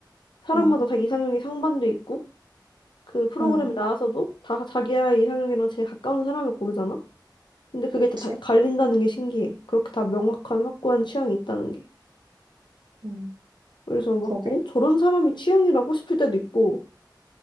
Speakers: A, on the left; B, on the right.
A: 사람마다
B: 음.
A: 다 이상형이 상반돼 있고 그 프로그램에
B: 응,
A: 나와서도 다 자기의 이상형이랑 제일 가까운 사람을 고르잖아? 근데 그게
B: 그치.
A: 다, 다 갈린다는 게 신기해. 그렇게 다 명확한 확고한 취향이 있다는 게.
B: 음.
A: 그래서 막,
B: 그러게.
A: 어? 저런 사람이 취향이라고 싶을 때도 있고,